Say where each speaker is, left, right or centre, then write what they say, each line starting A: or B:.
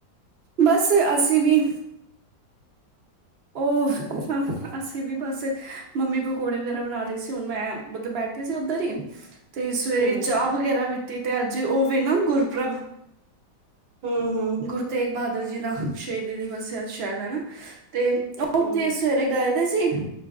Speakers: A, on the right; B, on the right.
A: ਬਸ ਅਸੀਂ ਵੀ ਉਹ ਹ ਅਸੀਂ ਵੀ ਬਸ ਮੰਮੀ ਪਕੌੜੇ ਵਗੈਰਾ ਬਣਾ ਰਹੇ ਸੀ ਹੁਣ ਮੈਂ ਮਤਲਬ ਬੈਠ ਸੀ ਉੱਧਰ ਹੀ ਤੇ ਸਵੇਰੇ
B: ਹਮ
A: ਚਾਹ ਵਗੈਰਾ ਪੀਤੀ ਤੇ ਅੱਜ ਉਹਵੇ ਨਾ ਗੁਰਪ੍ਰਬ
B: ਹਮ ਹਮ
A: ਗੁਰੂ ਤੇਗ ਬਹਾਦਰ ਜੀ ਦਾ ਸ਼ਹੀਦੀ ਦਿਵਸ ਹੈ ਸ਼ਾਇਦ ਹਨਾ। ਤੇ ਅੱਪ ਉੱਥੇ
B: ਹਮ
A: ਸਵੇਰੇ ਗਏ ਦੇ ਸੀ